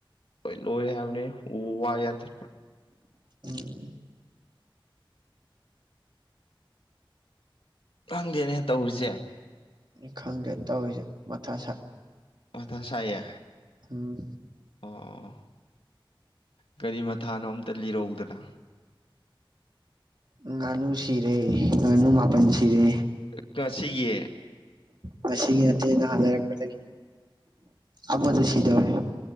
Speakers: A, on the left; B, on the right.
A: ꯂꯣꯏ ꯂꯣꯏꯔꯦ ꯍꯥꯏꯕꯅꯤ ꯎ ꯋꯥ ꯌꯥꯟꯊꯠꯄ
B: ꯎꯝ
A: ꯈꯪꯗꯦꯅꯦ ꯇꯧꯔꯤꯁꯦ
B: ꯎ ꯈꯪꯗꯦ ꯇꯧꯔꯤꯁꯦ ꯃꯊꯥ ꯁꯥꯏ
A: ꯃꯊꯥ ꯁꯥꯏꯌꯦ
B: ꯎꯝ
A: ꯑꯣ ꯀꯔꯤ ꯃꯊꯥꯅꯣ ꯑꯝꯇ ꯂꯤꯔꯛꯎꯗꯅ
B: ꯉꯥꯅꯨ ꯁꯤꯔꯦ ꯉꯥꯅꯨ ꯃꯥꯄꯜ ꯁꯤꯔꯦ
A: ꯉꯁꯤꯒꯤ
B: ꯉꯁꯤꯒꯤ ꯅꯠꯇꯦ ꯅꯍꯥꯟ ꯂꯩꯔꯛꯄꯗꯒꯤ ꯑꯃꯁꯨ ꯁꯤꯗꯧꯔꯦ